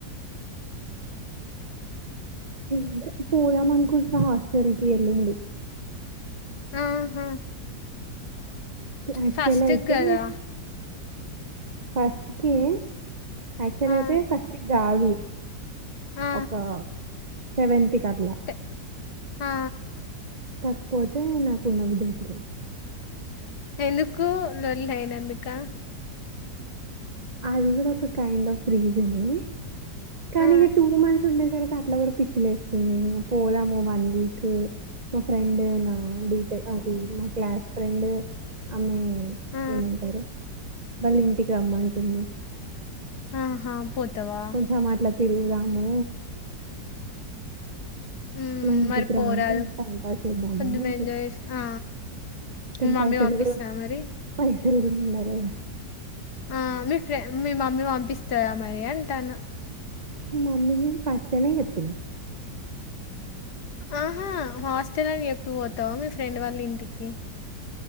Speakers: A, on the right; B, on the left.
A: ఇంకా పోదాం అనుకుంటున్న హాస్టల్ కి ఎల్లుండి
B: ఆహా
A: యాక్చువల్
B: ఫస్ట్
A: అయితే
B: గదా
A: ఫస్టే యాక్చువల్
B: ఆ
A: అయితే ఫస్ట్కి గాదు
B: ఆ
A: ఒక సెవెంటీ కట్ల
B: తే ఆ
A: కాకపోతే నాకు ఉండబుద్ది అయితలేదు
B: ఎందుకు లోల్లి అయినందుకా
A: అది కూడా ఒక కైండ్ ఆఫ్ రీజనే కానీ
B: ఆ
A: ఇగ టూ మంత్స్ ఉంటే కానుక అట్లా కూడా పిచ్చిలేస్తుంది ఇగా పోదాము వన్ వీక్ మా ఫ్రెండ్ నా బీటెక్ అది మా క్లాస్ ఫ్రెండ్ ఆమె
B: ఆ
A: ఏమంటారు వాళ్ళ ఇంటికి రమ్మంటుంది
B: ఆహా పోతావా
A: చ మట్లా తిరుగుదాము
B: మ్
A: మా ఇంటికి
B: మరి పోరాదు
A: రా టైం పాస్ చేద్దాము
B: కొంచెం
A: అంటుంది
B: ఎంజాయ్ చేసి ఆ
A: కానీ
B: మీ మమ్మీ
A: పైసలు
B: పంపిస్తద
A: కూడా
B: మరి
A: పైసలు కూడా ఉండాలె
B: ఆ మీ ఫ్రె మీ మమ్మీ పంపిస్తదా మరి అంటాన్న
A: మ మ్మీకి ఫస్ట్ నే చెప్పినా
B: ఆహా హాస్టల్ అని చెప్పిపోతావా మీ ఫ్రెండ్ వాళ్ళ ఇంటికి